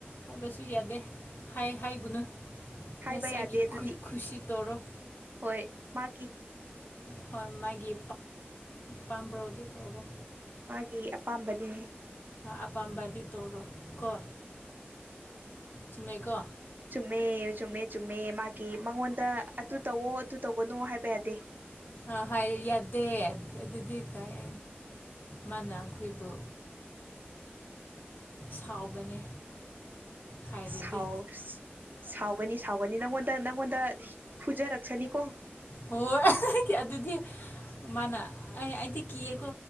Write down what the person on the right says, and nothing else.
ꯍꯥꯏꯕ
ꯌꯥꯗꯦ ꯑꯗꯨꯗꯤ
ꯍꯣꯏ ꯃꯥ
ꯒꯤ ꯑꯄꯥꯝꯕꯗꯤ
ꯆꯨꯝꯃꯦ ꯆꯨꯝꯃꯦ ꯆꯨꯝꯃꯦ ꯃꯥꯒꯤ ꯃꯉꯣꯟꯗ ꯑꯗꯨ ꯇꯧꯋꯣ ꯑꯗꯨꯨ ꯇꯧꯒꯅꯨ ꯍꯥꯏꯕ ꯌꯥꯗꯦ
ꯁꯥꯎꯁ ꯁꯥꯎꯒꯅꯤ ꯁꯥꯎꯒꯅꯤ ꯅꯪꯉꯣꯟꯗ ꯅꯪꯉꯣꯟꯗ ꯐꯨꯖꯔꯛꯁꯅꯤꯀꯣ